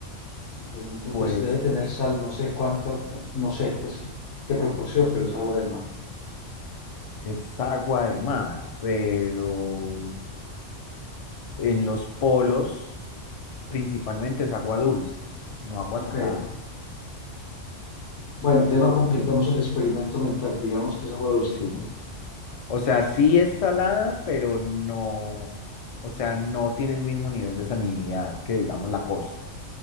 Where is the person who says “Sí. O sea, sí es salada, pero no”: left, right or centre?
Left